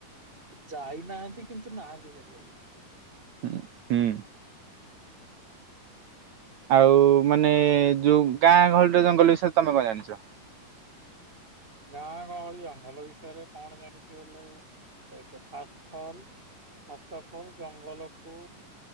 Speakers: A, on the right (about 15°); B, on the right (about 60°).
A: ଯାଇନାହାନ୍ତି କିନ୍ତୁ ନାହାନ୍ତି ସେ ଯାଇ ଭରେ
B: ହୁଁ ହୁଁ। ଆଉ ମାନେ ଯୋଉ ଗାଁ ଗହଳିରେ ଜଙ୍ଗଲ ବିଷୟରେ ତମେ କଣ ଜାଣିଛ?
A: ଗାଁ କହଳିଙ୍ଗଲ ବିଷୟରେ କଣ ଜାଣିଛ ବଲେ ଦେଖେ ଫାଷ୍ଟ ଫଲ୍ ଫାଷ୍ଟ ପଲ୍ ଜଙ୍ଗଲକୁୁ